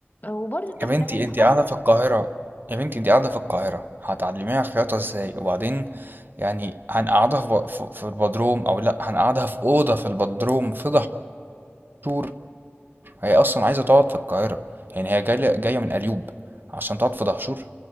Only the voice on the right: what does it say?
يا بنتي
انت
قاعدة في القاهرة يا بنتي انت قاعدة في القاهرة هتعلميها خياطة ازاي وبعدين يعني هنقعدها في, ب- في, في البدروم او لا هنقعدها في أوضة في البدروم في دهشور هي اصلا عايزة تقعد في القاهرة يعني هي جاية جاية من قليوب عشان تقعد في دهشور